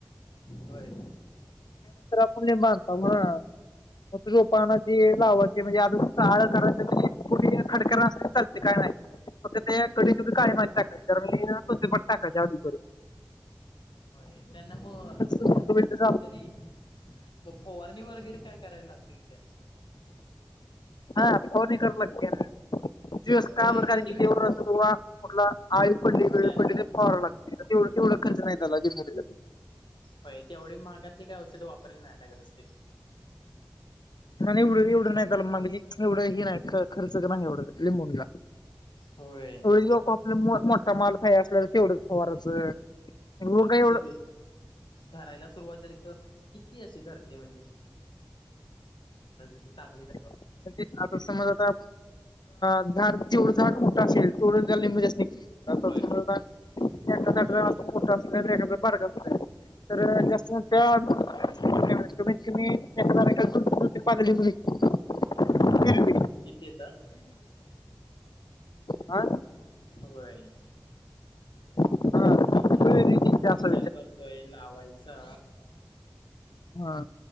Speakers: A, on the left; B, on the left.
A: होय.
B: माधत रोप आनाची लावायची म्हणजे अजून सळ करायच के खडकण्या चालते काय नाही फक्त ते कडे सुद्ध काळे माती टाकाय तर म तपट टाकायच अदूकर.
A: होय त्यांना मग आपण
B: मोठं होईल तसं आपण
A: तरी म फवारणी वगैरे काय करायला लागतील काय.
B: हा फोणी करडलक दिवस
A: होय
B: काय म्ह कारण
A: किती
B: की
A: वेळ
B: जव कं्हा
A: तर
B: कुठला आळी पडली वेळ
A: त्या
B: पडली पला लागते तेवढ का खर्च यतल जम निो
A: हो तेवढी मागातली काही औषधं वापरला नाही लागत असते
B: एवढं एवढं नाही त्याला मागजे एवढं ह नाही खर्च का नाही एवढं लिंबूनला तेवढ
A: होय
B: लोक आपल्या मोठा माल काही असला तर तेवढं फवारचं काही
A: सु धरायला सुरुवात झाली तर किती अस ची धरते म्हणजे चगली एक <unintelligible>
B: म्हण आता समज आता झाड जेवढं झाड कुठं असेल तेवढं झाले म्हणजे भहम
A: होय होय
B: <unintelligible> एखाद्या
A: होय
B: अस मोठ असय तर एखाद बाडग असय तर जास्त त्या <unintelligible> ुली <unintelligible>
A: तिथे येतात
B: हा
A: होय. <inaudible>
B: हा
A: मी
B: पिवळी
A: पण बघतो
B: निघते
A: तोच विचार
B: असा
A: करतोय लावायचा
B: हा